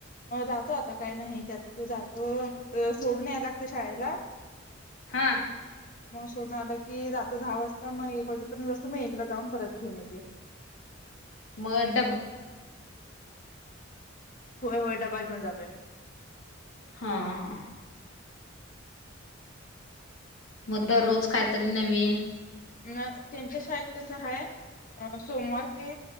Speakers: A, on the left; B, on the left.
A: अ जातो आता काय नाही त्याचं तो जातो सोडून याय लागते शाळेला
B: हं
A: म्हणून सोडून आलं की जातो दहा वाजता मग एक वाजेपर्यंत बसतो मग एकला जाऊन परत घेऊन येते
B: मग
A: होय होय डबा घेऊन जातोय
B: हा हा मग दररोज कायतरी नवीन
A: अ त्यांच्या शाळेत त्यांच हाय सोमवार ते